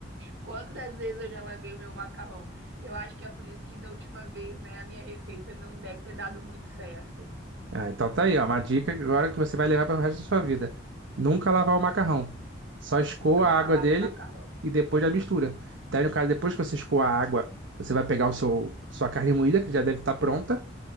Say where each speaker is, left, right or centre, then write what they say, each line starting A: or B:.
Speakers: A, on the right; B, on the right.
A: quantas vezes eu já lavei o meu macarrão. Eu acho que é por isso que da última vez, né, a minha receita não deve ter dado muito certo.
B: Ah, então tá aí, ó, uma dica agora que você vai levar para o resto da sua vida. Nunca lavar o macarrão. Só escoa
A: Nunca
B: a água
A: lavo
B: dele
A: macarrão.
B: e depois já mistura. Daí, no caso, depois que você escoa a água, você vai pegar o seu, sua carne moída, que já deve estar pronta,